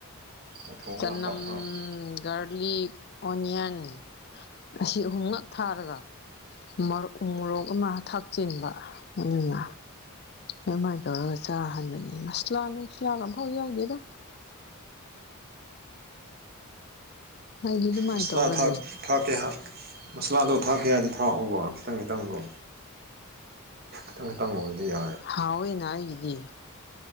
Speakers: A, on the right; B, on the left.
A: ꯑꯩ ꯊꯣꯡꯕ
B: ꯆꯅꯝ
A: ꯀꯥꯟꯗ ꯄꯥꯛ ꯍꯥꯞꯇꯦ
B: ꯒꯥꯔꯂꯤꯛ ꯑꯣꯅꯤꯌꯟ ꯑꯁꯤ ꯑꯍꯨꯝꯂꯛ ꯊꯥꯔꯒ ꯃꯣꯔꯛ ꯎꯃꯣꯔꯣꯛ ꯑꯃ ꯊꯥꯛꯆꯤꯟꯕ ꯑꯗꯨꯅ ꯑꯗꯨꯃꯥꯏꯅ ꯇꯧꯔꯒ ꯆꯥꯍꯟꯕꯅꯦ ꯃꯁꯂꯥ ꯅꯨꯡꯁꯂꯥꯒꯝꯐꯥꯎ ꯌꯎꯗꯦꯗ ꯑꯩꯗꯤ ꯑꯗꯨꯃꯥꯏꯅ
A: ꯃꯁꯂꯥꯥꯛ
B: ꯇꯧꯒꯜꯂꯤ
A: ꯊꯥꯛ ꯊꯥꯛꯀꯦ ꯍꯥꯏ ꯃꯁꯂꯥꯗꯣ ꯊꯥꯛꯀꯦ ꯍꯥꯏꯗꯤ ꯊꯥꯛꯑꯣꯕ ꯈꯤꯇꯪ ꯈꯤꯇꯪꯗꯣ <unintelligible> <unintelligible>
B: ꯍꯥꯎꯌꯦꯅ ꯑꯩꯒꯗꯤ